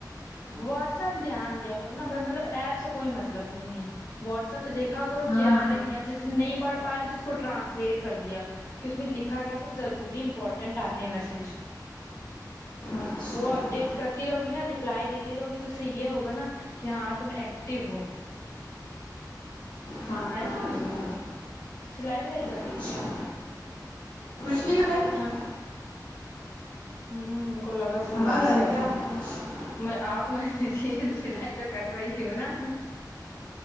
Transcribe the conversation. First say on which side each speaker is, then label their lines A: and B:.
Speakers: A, on the left (about 45°); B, on the left (about 85°).
A: واٹس ایپ دھیان دیا کر نہ ب مطلب ایپ سے کوئی مطلب نہیں ہے واٹس ایپ دیکھا کرو
B: ہاں
A: کیا آ رہا ہے کہ نہیں اب جیسے نہیں پڑھتا کو ٹرانسلیٹ کر لیا اس میں لکھا گیا سب ضروری امپورٹنٹ آتے ہیں میسج
B: اچھا
A: وہ اپڈیٹ کر تی رہوگی نا رپلائی دیتی رہوگی ت سے یہ ہوگا نا کہ ہاں تم ایکٹو ہو
B: ہاں
A: آئے سمجھ
B: یہ
A: میں سلائی ولائی کر
B: اچھا
A: رہی ہو کیا
B: کچھ نہیں کر رہے
A: ہاں ہمم کو لگا سلائی
B: آواز آ
A: کر
B: کیا
A: رہی
B: کچھ
A: میں آپ تم تو سلائی تو کر رہی ہو نا